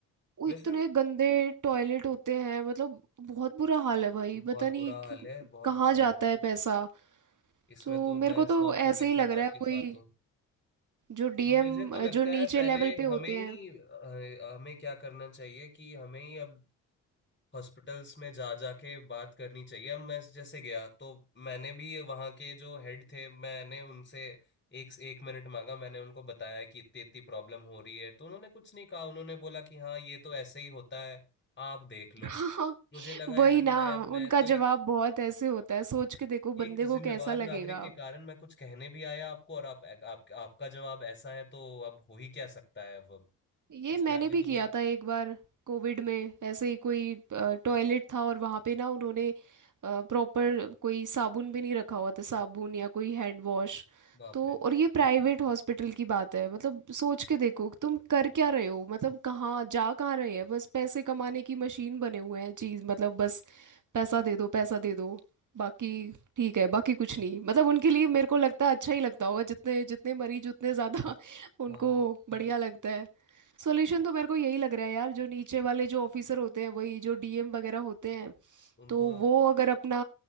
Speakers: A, on the right; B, on the left.
A: वो
B: वैसे
A: इतने गंदे टॉयलेट होते हैं मतलब बहुत बुरा हाल है भाई
B: बहुत
A: पता नहीं
B: बुरा
A: कि-
B: हाल है बहुत
A: कहाँ
B: बुरा
A: जाता
B: हाल
A: है
B: है
A: पैसा
B: इसमें
A: तो
B: तो
A: मेरे
B: मैं
A: को
B: सौ
A: तो ऐसे
B: प्रतिशत
A: ही लग रहा
B: आपके
A: है कोई
B: साथ हूँ
A: जो डीएम
B: मुझे तो लगता
A: जो नीचे
B: है पहले
A: लेवल पे होते
B: हमें ही
A: हैं
B: अ, हमें क्या करना चाहिए कि हमें ही अब हॉस्पिटल्स में जा जाके बात करनी चाहिए अब मैं जैसे गया तो मैंने भी वहाँ के जो हेड थे मैंने उनसे एक एक मिनट मांगा मैंने उनको बताया कि इतनी इतनी प्रॉब्लम हो रही है तो उन्होंने कुछ नहीं कहा उन्होंने बोला कि हाँ ये तो ऐसे ही होता है आप देख लो
A: <laughs> हाँ
B: मुझे लगा
A: वही
B: यार
A: ना
B: मैं मैं
A: उनका
B: तो एक
A: जवाब बहुत ऐसे होता है सोच के देखो बंदे
B: एक
A: को
B: जिम्मेवार
A: कैसा लगेगा
B: नागरिक के कारण मैं कुछ कहने भी आया आपको और आप, आप आपका जवाब ऐसा है तो अब हो ही क्या सकता है अब
A: ये
B: इसके
A: मैंने
B: आगे
A: भी
B: तो
A: किया
B: कोई
A: था एक बार कोविड में ऐसे ही कोई टॉयलेट था और वहाँ पे ना उन्होंने प्रॉपर कोई साबुन भी नहीं रखा हुआ था साबुन या कोई हैंड वॉश
B: बाप
A: तो
B: रे
A: और ये प्राइवेट हॉस्पिटल की बात है मतलब सोच के देखो तुम कर क्या रहे हो मतलब कहाँ जा कहाँ रहे हैं बस पैसे कमाने की मशीन बने हुए हैं चीज मतलब बस पैसा दे दो पैसा दे दो बाकी ठीक है बाकी कुछ नहीं मतलब उनके लिए मेरे को लगता है अच्छा ही लगता होगा जितने जितने मरीज उतने ज़्यादा <laughs> उनको
B: हाँ <laughs>
A: बढ़िया लगता है सोल्यूशन तो मेरे को यही लग रहा है यार जो नीचे वाले जो ऑफिसर होते हैं वही जो डीएम वगैरह होते हैं
B: उनको
A: तो वो अगर अपना